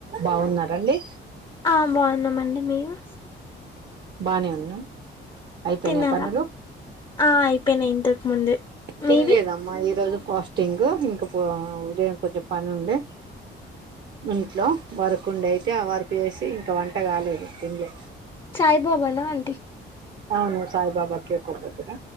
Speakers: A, on the right (about 55°); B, on the left (about 25°).
A: బావున్నారా అండి?
B: ఆ బావున్నామండి. మీరు?
A: బానే ఉన్నాం అయిపోయినా
B: తిన్నారా
A: పనులు
B: ఆ అయిపోయినాయి ఇంతకు ముందే
A: తిన్లేదమ్మ
B: మీవి
A: ఈరోజు? ఫాస్టింగ్ ఇంకా బా ఉదయం కొంచెం పని ఉండే ఇంట్లో వర్క్ వుండేయితే ఆ వర్క్ వేసి ఇంకా వంట కాలేదు తిన్లే
B: సాయిబాబానా ఆంటీ
A: అవును సాయిబాబా కే ఒకపొ